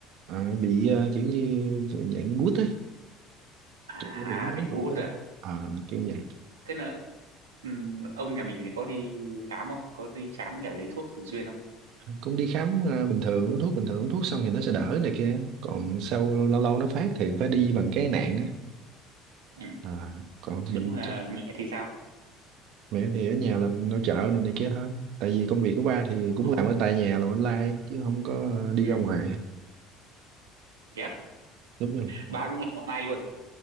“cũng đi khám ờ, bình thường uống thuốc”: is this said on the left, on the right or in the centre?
Right